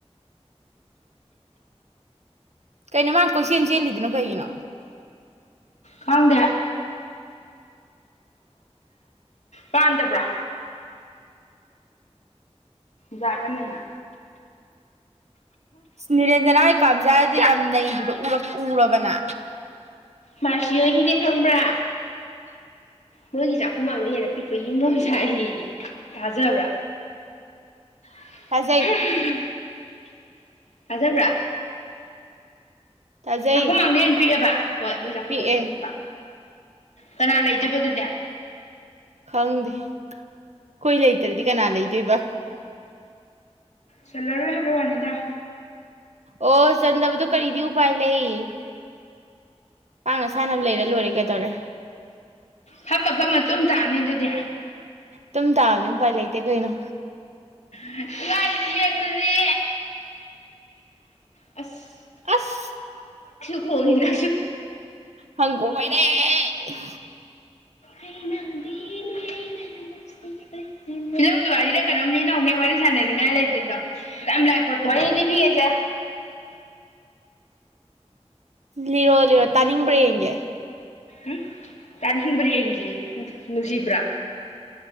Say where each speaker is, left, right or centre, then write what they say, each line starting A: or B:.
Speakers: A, on the right; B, on the left.
A: ꯀꯩꯅꯣ ꯃꯥ ꯀꯣꯏꯁꯦꯜ ꯆꯦꯜꯂꯤꯗꯅꯣ ꯀꯩꯒꯤꯅꯣ
B: ꯀꯥꯡꯗꯦ ꯄꯥꯟꯗꯕ꯭ꯔꯥ ꯖꯥꯠ ꯑꯃꯅꯤꯅ
A: ꯅꯤꯔꯦꯟꯖꯅꯥ ꯍꯥꯏ ꯀꯥꯝꯖꯥꯗꯦ ꯌꯥꯝ ꯅꯩꯗꯤ ꯎꯔꯛ ꯎꯔꯕꯅ
B: ꯃꯥꯔꯁꯤꯌꯣꯒꯤꯅꯦ ꯈꯪꯕ꯭ꯔꯥ ꯃꯣꯏꯒꯤ ꯆꯥꯛꯈꯨꯃꯥꯡꯗ ꯍꯦꯟꯅ ꯄꯤꯛꯄ ꯌꯦꯃꯣꯁꯦ ꯑꯩ ꯊꯥꯖꯕ꯭ꯔꯥ <inaudible>
A: ꯊꯥꯖꯩ
B: <unintelligible>
A: ꯊꯥꯖꯩ
B: ꯆꯥꯛꯈꯨꯝꯃꯥꯡꯗ ꯍꯩꯅ ꯄꯤꯛꯑꯦꯕ ꯍꯣꯏ ꯃꯣꯏ ꯆꯥꯛꯈꯨꯝꯃꯥꯡꯗꯩ
A: ꯄꯤꯛꯑꯦ
B: ꯄꯤꯛꯄ ꯀꯅꯥ ꯑꯂ ꯏꯗꯤ ꯄꯗꯨꯗ
A: ꯈꯪꯗꯦ ꯀꯨꯏ ꯂꯩꯇ꯭ꯔꯗꯤ ꯀꯅꯥ ꯂꯩꯗꯣꯏꯕ
B: ꯆꯜꯂꯔꯣꯏ ꯍꯥꯏꯕ ꯋꯥꯅꯤꯗ
A: ꯑꯣ ꯆꯟꯗꯕꯗꯣ ꯀꯔꯤꯗꯤ ꯎꯄꯥꯏ ꯂꯩ ꯄꯥꯡꯅ ꯁꯥꯟꯅꯕ ꯂꯩꯔ ꯂꯣꯏꯔꯦ ꯀꯩꯗꯧꯔꯦ
B: ꯐꯝ ꯃꯐꯝ ꯑꯗꯨꯝ ꯇꯥꯅꯤ ꯑꯗꯨꯗꯤ
A: ꯇꯝ ꯊꯥꯕꯅꯤ ꯄꯥꯏ ꯂꯩꯇꯦ ꯀꯩꯅꯩꯅꯣ
B: ꯅꯨꯡꯉꯥꯏꯁꯤ ꯑꯗꯨꯗꯤ ꯑꯁ
A: ꯑꯁ
B: ꯀ ꯍꯣꯏꯅ
A: ꯍꯪꯒꯣꯏꯔꯦ ꯑꯦ
B: ꯑꯩꯅꯅꯦꯅ ꯀꯗꯣꯡꯒꯤ ꯋꯥꯔꯤꯗ ꯀꯩꯅꯣꯝ ꯂꯤꯅꯧꯅꯦ ꯋꯥꯔꯤ ꯁꯥꯟꯅꯅꯤꯡꯉꯥꯏ ꯂꯩꯇ꯭ꯔꯤꯗꯣ ꯂꯥꯛ ꯄꯣꯠꯇꯣ ꯋꯥꯔꯤꯗꯤ ꯄꯤꯒꯦꯁꯦ
A: ꯂꯤꯔꯣ ꯂꯤꯔꯣ ꯇꯥꯅꯤꯡꯕ꯭ꯔꯥ ꯌꯦꯡꯒꯦ
B: ꯎꯝ ꯇꯥꯅꯤꯡꯕ꯭ꯔꯥ ꯌꯦꯡꯈꯤ ꯅꯨꯡꯁꯤꯕ꯭ꯔꯥ